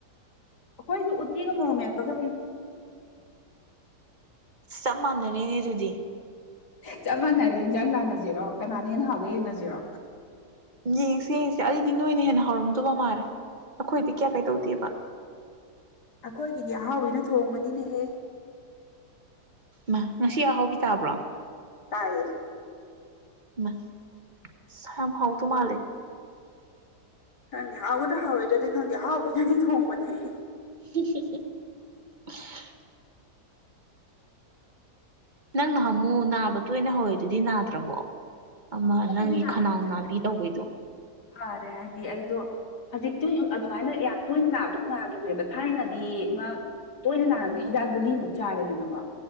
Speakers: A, on the left; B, on the right.
A: ꯑꯩꯈꯣꯏꯁꯨ ꯎꯠꯇꯤꯒ ꯃꯣꯔꯣ ꯃꯦꯠꯄꯒ ꯄꯤ
B: ꯆꯞ ꯃꯥꯟꯅꯔꯤꯅꯦ ꯑꯗꯨꯗꯤ
A: ꯆꯞ ꯃꯥꯟꯅꯔꯦ ꯍꯦꯟꯖꯥꯡ ꯂꯥꯟꯅꯁꯤꯔꯣ ꯀꯅꯥꯅ ꯍꯦꯟꯅ ꯍꯥꯎꯒꯦ ꯌꯦꯡꯅꯁꯤꯔꯣ
B: ꯌꯦꯡꯁꯤ ꯌꯦꯡꯁꯤ ꯑꯩꯗꯤ ꯅꯣꯏꯅ ꯍꯦꯟꯅ ꯍꯧꯔꯝꯗꯧꯕ ꯃꯥꯜꯂꯦ ꯑꯩꯈꯣꯏꯗꯤ ꯀꯌꯥ ꯀꯩ ꯗꯧꯗꯦꯕ
A: ꯑꯩꯈꯣꯏꯒꯤꯗꯤ ꯑꯍꯥꯎꯕꯤꯅ ꯊꯣꯡꯕꯅꯤꯅꯦꯍꯦ
B: ꯃꯥ ꯉꯁꯤ ꯑꯍꯥꯎꯕꯤ ꯇꯥꯕ꯭ꯔꯣ
A: ꯇꯥꯏꯌꯦ
B: ꯃꯥ ꯁ ꯌꯥꯝ ꯍꯥꯎ ꯗꯨ ꯃꯥꯂꯦ
A: ꯈꯪꯗꯦ ꯍꯥꯎꯒꯗꯔꯥ ꯍꯥꯎꯔꯣꯏꯗ꯭ꯔꯥꯗꯤ ꯈꯪꯗꯦ ꯑ ꯍꯥꯎꯕꯤꯅꯗꯤ ꯊꯣꯡꯕꯅꯦ
B: <unintelligible> ꯅꯪ ꯅꯍꯥꯟꯃꯨꯛ ꯅꯥꯕ ꯇꯣꯏꯅ ꯍꯧꯋꯦꯗꯨꯗꯤ ꯅꯥꯗ꯭ꯔꯥꯕꯣ ꯑꯃ
A: ꯑꯗꯨꯗꯤ
B: ꯅꯪꯒꯤ
A: ꯅꯥꯈꯤꯗ꯭ꯔꯦ
B: ꯈꯅꯥꯎ ꯅꯥꯕꯤ ꯇꯧꯕꯩꯗꯣ
A: ꯐꯔꯦ ꯍꯥꯏꯗꯤ ꯑꯩꯗꯣ ꯍꯧꯖꯤꯛꯇꯤ ꯑꯗꯨꯃꯥꯏꯅ ꯌꯥꯝ ꯇꯣꯏꯅ ꯅꯥꯕꯗꯣ ꯅꯥꯈꯤꯗ꯭ꯔꯦꯕ ꯊꯥꯏꯅꯗꯤ ꯃꯥ ꯇꯣꯏꯅ ꯅꯥꯔꯝꯕ ꯍꯤꯗꯥꯛ ꯒꯨꯂꯤꯃꯨꯛ ꯆꯥꯔꯦꯗꯅꯀꯣ